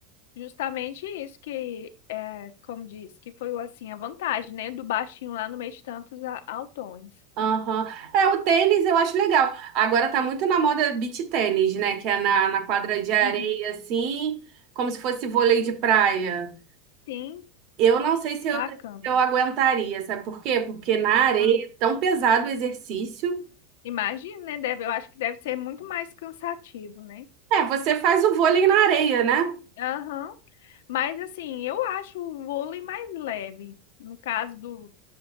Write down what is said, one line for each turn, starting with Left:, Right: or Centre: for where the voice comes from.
Left: Justamente isso que, é, como diz, que foi assim a vantagem, né? Do baixinho lá no meio de tantos a- altões.
Right: Aham. É, o tênis eu acho legal. Agora tá muito na moda beach tênis, né? Que é na, na quadra de areia,
Left: Uhum.
Right: assim, como se fosse vôlei de praia.
Left: Sim,
Right: Eu não sei se eu,
Left: bacana.
Right: se eu aguentaria, sabe por quê? Porque na areia
Left: Ah,
Right: é tão pesado o exercício.
Left: Imagina, né? Deve, eu acho que deve ser muito mais cansativo, né?
Right: É, você faz o vôlei na areia, né?
Left: Aham. Mas assim, eu acho o vôlei mais leve. No caso do,